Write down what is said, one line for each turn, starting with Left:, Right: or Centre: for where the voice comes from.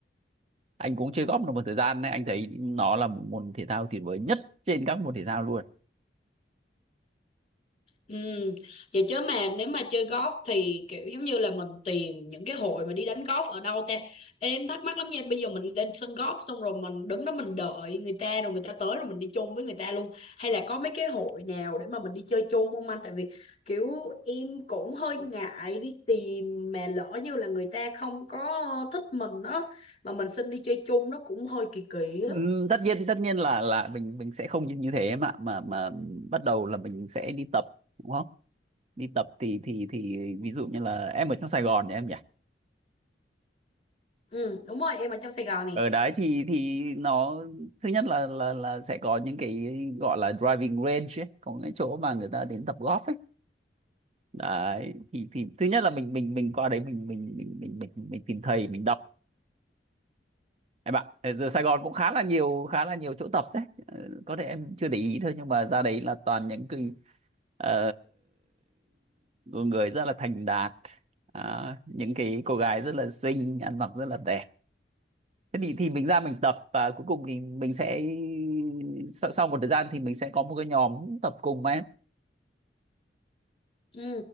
Right: anh cũng chơi golf được một thời gian đấy anh thấy nó là một môn thể thao tuyệt vời nhất trên các môn thể thao luôn
Left: Ừ. Vậy chứ mà nếu mà chơi golf thì kiểu giống như là mình tìm những cái hội mà đi đánh golf ở đâu ta em thắc mắc lắm nha bây giờ mình lên sân golf xong rồi mình đứng đó mình đợi người ta rồi người ta tới rồi mình đi chung với người ta luôn hay là có mấy cái hội nào để mà mình đi chơi chung không anh tại vì kiểu em cũng hơi ngại đi tìm mà lỡ như là người ta không có thích mình đó mà mình xin đi chơi chung nó cũng hơi kỳ kỳ
Right: Ừm,
Left: đó
Right: tất nhiên tất nhiên là là mình mình sẽ không như như thế mà mà mà bắt đầu là mình sẽ đi tập đúng không đi tập thì thì thì ví dụ như là em ở trong Sài Gòn nhỉ em nhỉ
Left: ừ đúng rồi em ở trong Sài Gòn nè
Right: ở đấy thì thì nó thứ nhất là là là sẽ có những cái gọi là driving range ấy, có những chỗ mà người ta đến tập golf ấy đấy thì thì thứ nhất là mình mình mình qua đấy mình mình mình mình mình, mình tìm thầy mình đọc Em ạ, thế giờ Sài Gòn cũng khá là nhiều khá là nhiều chỗ tập đấy. Ờ, Có thể em chưa để ý thôi nhưng mà ra đấy là toàn những cái ờ, người rất là thành đạt, Đó, những cái cô gái rất là xinh, ăn mặc rất là đẹp. Thế thì thì mình ra mình tập và cuối cùng thì mình sẽ sau, sau một thời gian thì mình sẽ có một cái nhóm tập cùng mà em.
Left: Ừ.